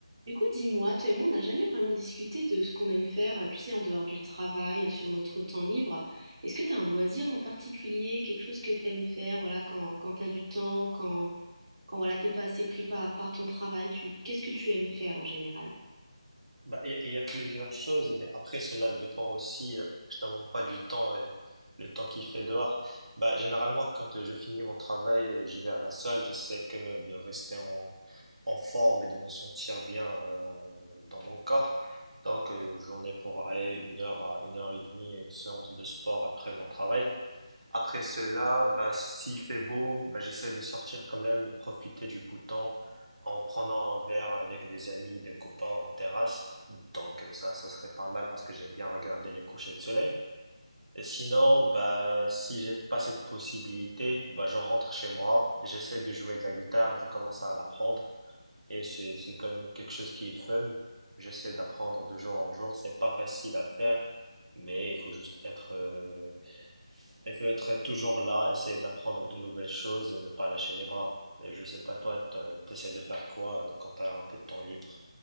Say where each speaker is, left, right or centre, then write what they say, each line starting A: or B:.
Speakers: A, on the right; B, on the right.
A: Du coup, dis-moi, toi et moi, on n'a jamais vraiment discuté de ce qu'on aime faire, euh, tu sais, en dehors du travail, sur notre temps libre. Est-ce que tu as un loisir en particulier, quelque chose que tu aimes faire, voilà, quand, quand tu as du temps, quand, quand voilà, t'es pas assez pris par, par ton travail, tu, qu'est-ce que tu aimes faire en général?
B: Bah, il y, a il y a plusieurs choses, mais après cela dépend aussi euh, justement pas du temps, et le temps qu'il fait dehors. Bah, généralement, quand euh, je finis mon travail, euh, j'y vais à la salle, j'essaie quand même de rester en, en forme et de me sentir bien euh, dans mon corps. Donc, euh, j'en ai pour aller une heure à une heure et demie à une séance de sport après mon travail. Après cela, bah, s'il fait beau, bah, j'essaie de sortir quand même, profiter du beau temps en prenant un verre avec des amis, des copains en terrasse. Donc euh, ça, ça serait pas mal parce que j'aime bien regarder les couchers de soleil. Et sinon, bah, si j'ai pas cette possibilité, bah, je rentre chez moi, j'essaie de jouer de la guitare, je commence à l'apprendre et c'est, c'est quand même quelque chose qui est fun. J'essaie d'apprendre de jour en jour, c'est pas facile à faire, mais il faut juste être, euh, il faut être toujours là, essayer d'apprendre de nouvelles choses et ne pas lâcher les bras. Et je sais pas, toi, tu essaies de faire quoi euh, quand tu as un peu de temps libre?